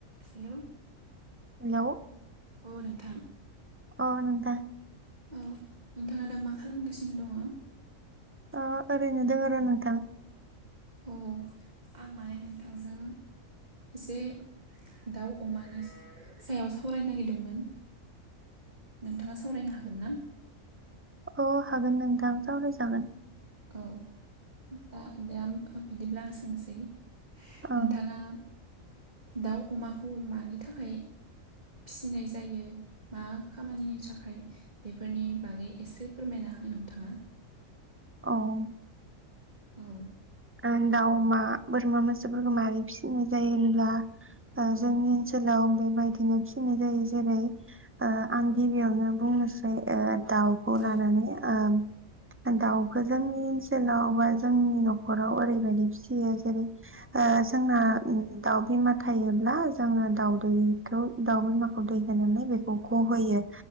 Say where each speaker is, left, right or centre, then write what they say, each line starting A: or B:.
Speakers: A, on the right; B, on the right.
A: Hello
B: hello
A: अ नोंथां
B: औ नोंथां
A: औ नोंथाङा दा मा खालामगासिनो दङ?
B: अ ओरैनो दङ र नोंथां।
A: अ आं माने नोंथांजों एसे दाउ, अमानि सायाव सावरायनो नागिरदोंमोन नोंथाङा सावरायनो हागोन ना?
B: अ हागोन नोंथां रावरायजागोन,
A: औ दा दा बिदिब्ला आं सोंनिसै,
B: ओ
A: नोंथाङा दाउ अमाखौ मानि थाखाय, फिसिनाय जायो। मा खामानि थाखाय बेफोरनि बागै एसे फोरमायना हो नोंथाङा,
B: औ
A: औ
B: आं दाउ, अमा, बोरमा, मोसौफोरखौ माबारै फिसिनाय जायो होनब्ला, ओ
A: औ
B: जोंनि ओनसोलाव बेबायदिनो फिसिनाय जायो जेरै ओ आं गियावनो बुंनोसै ओ दाउखौ
A: औ
B: लानानै ओम दाउखौ जोंनि ओनसोलाव बा जोंनि न' न'खराव ओरैबायदि फिसियो जेरै ओ जोंना
A: औ
B: दाउ बिमा थायोब्ला जोङो दावउदैखौ दाउ, बिमा, दै होनानै बेखौ गहोयो